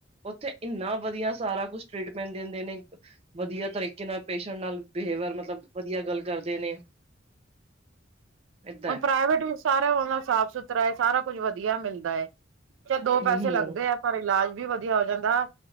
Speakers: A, on the right; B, on the right.
A: ਉੱਥੇ ਐਨਾ ਵਧੀਆ ਸਾਰਾ ਕੁਛ ਟ੍ਰੀਟਮੈਂਟ ਦਿੰਦੇ ਨੇ, ਵਧੀਆ ਤਰੀਕੇ ਨਾਲ ਪੇਸ਼ੰਟ ਨਾਲ ਬਿਹੇਵਰ ਮਤਲਬ ਵਦੀਆ ਗੱਲ ਕਰਦੇ ਨੇ ਏਦਾਂ
B: ਹੁਣ ਪ੍ਰਾਈਵੇਟ ਵੀ ਸਾਰਾ ਉਹਨਾਂ ਸਾਫ- ਸੁਥਰਾ ਏ ਸਾਰਾ ਕੁੱਝ ਵਧੀਆ ਮਿਲਦਾ ਏ। ਅੱਛਾ ਦੋ
A: ਹੂੰ
B: ਪੈਸੇ
A: ਹੂੰ
B: ਲੱਗਦੇ ਆ, ਪਰ ਇਲਾਜ ਵੀ ਵਧੀਆ ਹੋ ਜਾਂਦਾ,